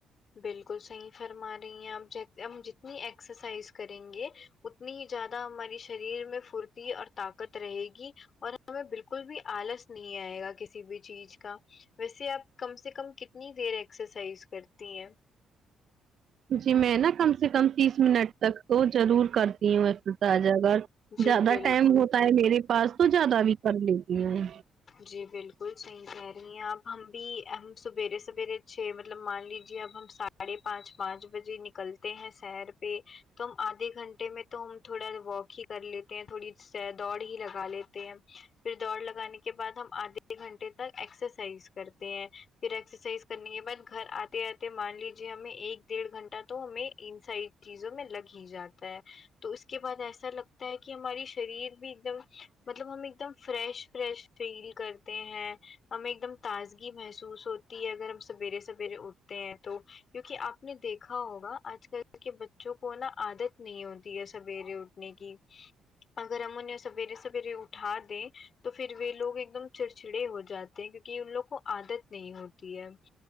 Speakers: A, on the left (about 50°); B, on the right (about 60°).
A: بالکل صحیح فرما رہی ہیں آپ جت ہم جتنی ایکسرسائز کریں گے اتنی ہی زیادہ ہماری شریر میں پھرتی اور طاقت رہے گی اور ہمیں بالکل بھی آلس نہیں آئے گا کسی بھی چیز کا ویسے آپ کم سے کم کتنی دیر ایکسرسائز کرتی ہیں
B: جی میں نا کم سے کم تیس منٹ تک تو ضرور کرتی ہوں ایکسرسائز اگر
A: جی
B: زیادہ
A: بالکل
B: ٹائم ہوتا ہے میرے پاس تو زیادہ بھی کر لیتی ہے
A: جی بالکل صحیح کہہ رہی ہیں اپ ہم بھی ہم سویرے سویرے چھ مطلب مان لیجیے اب ہم سات ساڑھے پانچ پانچ بجے نکلتے ہیں سیر پہ تو ہم آدھے گھنٹے میں تو ہم تھوڑا واک ہی کر لیتے ہیں تھوڑی س دوڑ ہی لگا لیتے ہیں پھر دوڑ لگانے کے بعد ہم آدھے گھنٹے تک ایکسرسائز کرتے ہیں پھر ایکسرسائز کرنے کے بعد گھر آتے آتے مان لیجے ہمیں ایک ڈیڑھ گھنٹہ تو ہمیں انسائیڈ چیزوں میں لگ ہی جاتا ہے تو اس کے بعد ایسا لگتا ہے کہ ہماری شریر بھی ایک دم مطلب ہم ایک دم فریش فریش فیل کرتے ہیں ہمیں ایک دم تازگی محسوس ہو تی ہے اگر ہم سویرے سویرے اٹھ تے ہیں تو کیونکہ آپ نے دیکھا ہوگا آج کل کے بچوں کو نا عادت نہیں ہوتی ہے سویرے اٹھ نے کی اگر ہم انھیں سویرے سویرے اٹھا دیں تو پھر وہ لوگ ایک دم چھڑچھڑے ہو جاتے ہیں کیونکہ ان لوگ کو عادت نہیں ہوتی ہے